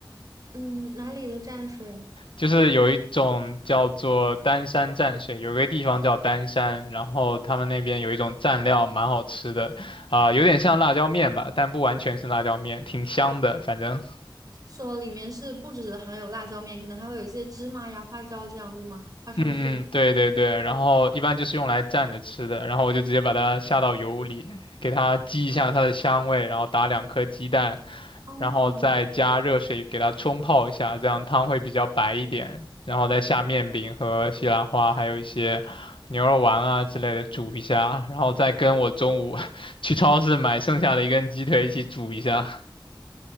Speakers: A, on the right; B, on the left.
A: 嗯，哪里的蘸水？
B: 就是有一种叫做丹山蘸水，有一个地方叫丹山，然后他们那边有一种蘸料蛮好吃的，啊、有点像辣椒面吧，但不完全是辣椒面，挺香的，反正。
A: 说里面是不只含有辣椒面，可能还会有一些芝麻呀、花椒这样，对吗？花生碎。
B: 嗯嗯，对对对，然后一般就是用来蘸着吃的，然后我就直接把它下到油里，给它激一下它的香味，然后打两颗鸡蛋，
A: 哦，
B: 然后再加热水给它冲泡一下，这样汤会比较白一点，然后再下面饼和西兰花，还有一些牛肉丸啊之类的煮一下，然后再跟我中午 <laughs> 去超市买剩下的一根鸡腿一起煮一下。<laughs>